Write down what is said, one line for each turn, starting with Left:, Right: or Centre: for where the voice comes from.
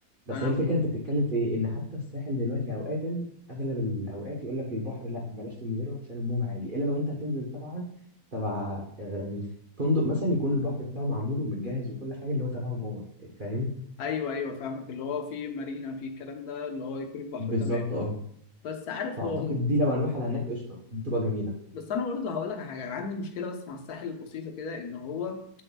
Right: بس
Left: انا
Right: هي الفكره انت بتتكلم في ايه ان حتى الساحل دلوقتي اوقاتا اغلب الاوقات يقول لك البحر لا بلاش تنزله عشان الموج عالي الا لو انت هتنزل طبعا تبع آم، فندق مثلا يكون البحر بتاعه معمول ومتجهز وكل حاجه اللي هو تبعهم هو فاهم
Left: ايوه ايوه فاهمك اللي هو في مارينا في الكلام ده اللي هو يكون البحر
Right: بالظبط
Left: تمام
Right: اه
Left: بس عارف
Right: فأعتقد
Left: هو
Right: دي لو هنروح على هناك قشطة دي تبقى جميلة
Left: بس انا برضه هقول لك على حاجه انا عندي مشكله بس مع الساحل البسيطه كده ان هو